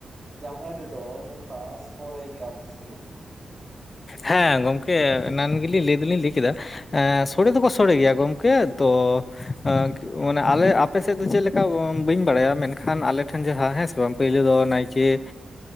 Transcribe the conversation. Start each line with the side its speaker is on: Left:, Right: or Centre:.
Right: ᱡᱟᱦᱮᱨ ᱨᱮᱫᱚ ᱱᱚᱝᱠᱟ ᱥᱳᱲᱮ ᱜᱮᱭᱟᱯᱮ ᱥᱮ ᱵᱟᱝ?
Left: ᱦᱮᱸ ᱜᱚᱢᱠᱮ ᱮᱱᱟᱱ ᱜᱮᱞᱤᱧ ᱞᱟᱹᱭ ᱫᱚᱞᱤᱧ ᱞᱟᱹᱭ ᱠᱮᱫᱟ ᱮ ᱥᱳᱲᱮ ᱫᱚᱠᱚ ᱥᱳᱲᱮ ᱜᱮᱭᱟ, ᱜᱚᱢᱠᱮ ᱛᱚ ᱢᱟᱱᱮ ᱟᱞᱮ, ᱟᱯᱮ ᱥᱮᱫ ᱫᱚ ᱪᱮᱫᱞᱮᱠᱟ ᱵᱟᱹᱧ ᱵᱟᱲᱟᱭᱟ ᱾ ᱢᱮᱱᱠᱷᱟᱱ ᱟᱞᱮ ᱴᱷᱮᱱ ᱡᱟᱦᱟᱸ ᱦᱮᱸ ᱥᱮ ᱵᱟᱝ? ᱯᱩᱭᱞᱩ ᱫᱚ ᱱᱟᱭᱠᱮ